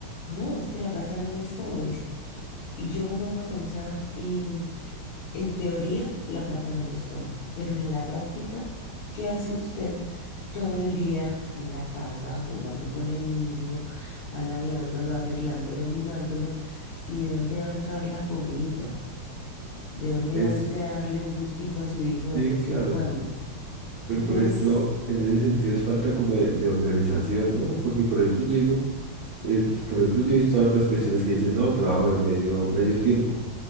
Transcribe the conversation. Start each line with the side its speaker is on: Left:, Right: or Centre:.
Left: No, es que la plata no lo es todo, dice. Y yo me pongo a pensar, y en teoría la plata no lo es todo, pero en la práctica, ¿qué hace usted todo el día en la casa, jugando con el niño, paladeándolo, arreglándolo, mimándolo? ¿Y de dónde va a entrar la comidita? ¿De dónde
Right: es,
Left: va usted a darle un gustico a su hijo de
Right: sí,
Left: vez
Right: claro.
Left: en cuando? Entonces,
Right: Pero, por ejemplo, en ese sentido es falta como de, de organización, ¿no? Porque, por ejemplo, yo digo, eh, por ejemplo, yo he visto hartas cuestiones que dicen, no, trabajo de medio, medio tiempo.